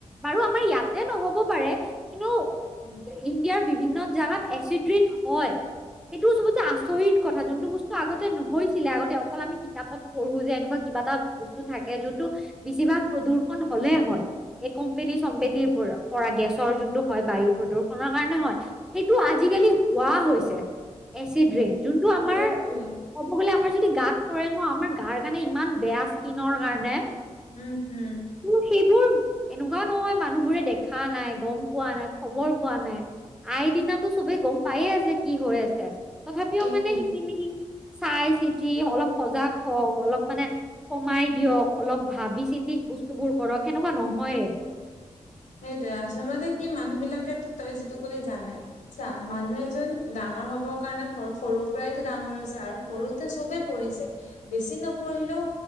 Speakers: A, in the centre; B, on the left (about 75°).
A: বাৰু আমাৰ ইয়াতে নহ'ব পাৰে কিন্তু ইণ্ডিয়াৰ বিভিন্ন জাগাত এচিড ৰিণ্ হয় এইটোও চবত চে আচৰিত কথা যোনটো বস্তু আগতে নহৈছিলে আগতে অকল আমি কিতাপত পঢ়ো যে এনেকুৱা কিবা এটা বস্তু থাকে যোনটো বেছিভাগ প্ৰদূ্ষন হলে হয় এই কোম্পেনী-চম্পেনীৰ পৰা গেছৰ যোনটো হয় বায়ু প্ৰদূষণৰ কাৰণে হয়। সেইটো আজিকালি হোৱা হৈছে এচিড ৰেইন যোন টো আমাৰ
B: সেইটোৱে
A: ক'ব গলে আমাৰ যদি গাত পৰে ন আমাৰ গাৰ কাৰণে ইমান বেয়া স্কিনৰ কাৰণে
B: উম হুম
A: ত সেইবোৰ এনেকুৱাও নহয় মানুহবোৰে দেখা নাই গম পোৱা নাই, খবৰ পোৱা, নাই আই দিনাটো চবেই গম পায়ে আছে কি হৈ আছে তথাপিও
B: সেইটোৱে।
A: মানে সেইখিনি চাই চিতি অলপ সজাগ হওঁক অলপ মানে কমাই দিয়ক অলপ ভাবি চিন্তি বস্তুবোৰ কৰক সেনেকুৱা নহয়ে।
B: সেইটোয়ে আচলতে কি মানুহ বিলাকেটো তই যিটো কলি জানে ছা মানুহ এজন ডাঙৰ হব কাৰণে সৰুৰ পৰাইতো ডাঙৰ হৈছে আৰু সৰুত তে চবেই পঢ়িছে বেছি নপঢ়িলও